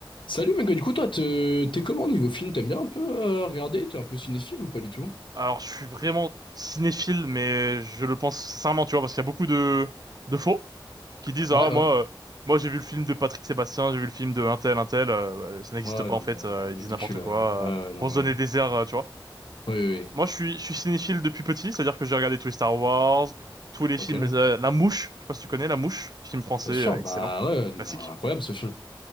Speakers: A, on the left; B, on the right.
A: Salut mec, du coup toi te- t'es comment niveau film? T'aimes bien un peu euh, regarder? T'es un peu cinéphile ou pas du tout?
B: Alors, je suis vraiment cinéphile, mais je le pense sincèrement, tu vois, parce qu'il y a beaucoup de, de faux qui disent, ah,
A: Ouais
B: moi,
A: ouais.
B: euh, moi, j'ai vu le film de Patrick Sébastien, j'ai vu le film de un tel, un tel, euh, ouais, ça n'existe
A: Ouais
B: pas,
A: non
B: en fait,
A: mais
B: euh,
A: ridicule.
B: ils disent n'importe
A: euh.
B: quoi, euh,
A: Ouais, ouais, non
B: pour
A: mais.
B: se donner des airs, euh, tu vois.
A: Oui oui. oui.
B: Moi, je suis, je suis cinéphile depuis petit, c'est-à-dire que j'ai regardé tous les Star Wars, tous les
A: Ok.
B: films, euh, La Mouche, je sais pas si tu connais La Mouche, film français,
A: Bien
B: euh,
A: sûr,
B: excellent,
A: bah ouais, non,
B: classique.
A: incroyable ce film.